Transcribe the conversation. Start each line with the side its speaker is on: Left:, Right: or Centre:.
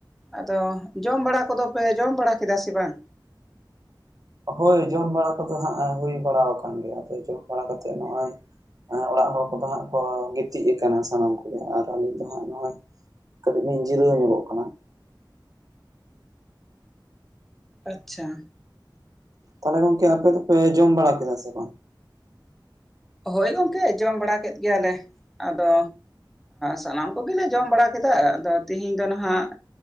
Centre: ᱟᱫᱚ ᱡᱚᱢ ᱵᱟᱲᱟ ᱠᱚᱫᱚ ᱯᱮ ᱡᱚᱢ ᱵᱟᱲᱟ ᱠᱮᱫᱟ ᱥᱮ ᱵᱟᱝ
Right: ᱦᱳᱭ ᱡᱚᱢ ᱵᱟᱲᱟ ᱠᱚᱫᱚ ᱦᱟᱸᱜ ᱦᱩᱭ ᱵᱟᱲᱟ ᱟᱠᱟᱱ ᱜᱮᱭᱟ ᱟᱫᱚ ᱡᱚᱢ ᱵᱟᱲᱟ ᱠᱟᱛᱮᱫ ᱱᱚᱜᱼᱚᱭ ᱚᱲᱟᱜ ᱦᱚᱲ ᱠᱚᱫᱚ ᱦᱟᱸᱜ ᱠᱚ ᱜᱤᱛᱤᱡ ᱟᱠᱟᱱᱟ ᱥᱟᱱᱟᱢ ᱠᱚᱜᱮ ᱟᱨ ᱟᱹᱞᱤᱤᱡ ᱫᱚ ᱦᱟᱸᱜ ᱱᱚᱜᱼᱚᱭ ᱠᱟᱹᱴᱤᱡ ᱞᱤᱧ ᱡᱤᱨᱟᱹᱣ ᱧᱚᱜᱚᱜ ᱠᱟᱱᱟ
Centre: ᱟᱪᱪᱷᱟ
Right: ᱛᱟᱦᱚᱞᱮ ᱜᱚᱝᱠᱮ ᱟᱯᱮ ᱫᱚᱯᱮ ᱡᱚᱢ ᱵᱟᱲᱟ ᱠᱮᱫᱟ ᱥᱮ ᱵᱟᱝ
Centre: ᱦᱳᱭ ᱜᱚᱢᱠᱮ ᱡᱚᱢ ᱵᱟᱲᱟ ᱠᱮᱫ ᱜᱮᱭᱟᱞᱮ ᱟᱫᱚ ᱥᱟᱱᱟᱢ ᱠᱚᱜᱮᱞᱮ ᱡᱚᱢ ᱵᱟᱲᱟ ᱠᱮᱫᱟ ᱟᱫᱚ ᱛᱮᱦᱤᱧ ᱫᱚ ᱱᱟᱦᱟᱜ